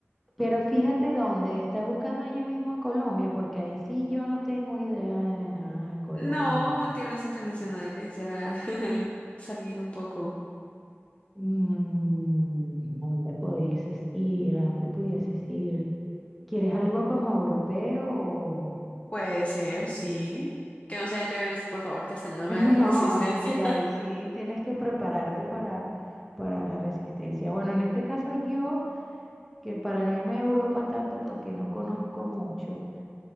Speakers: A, in the centre; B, on the left.
A: Pero fíjate dónde, estás buscando allí mismo en Colombia, porque ahí sí yo no tengo idea de nada en Colombia.
B: No, tierras internacionales, ya <laughs> salir un poco.
A: Mm, ¿a dónde pudieses ir? ¿A dónde pudieses ir? ¿Quieres algo como europeo o-
B: Puede ser,
A: o-
B: sí. Que no sea el Everest, por favor, que hasta
A: <laughs>
B: ya no
A: No,
B: me da la <laughs> resistencia.
A: sí, ahí sí tienes que prepararte para, para la resistencia. Bueno, en este caso yo, que para no irme a Europa tanto porque no conozco mucho,